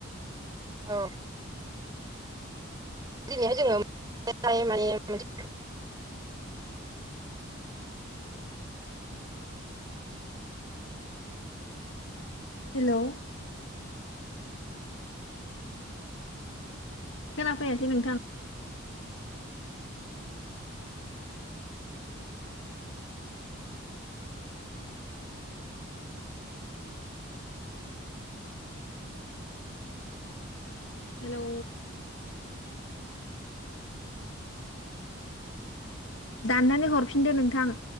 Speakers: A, on the right; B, on the left.
A: अ दिनैहाय जोङो माने मोन
B: हेलौ खोनाफैयासै नोंथां हेलौ दाननानै हरफिनदो नोंथां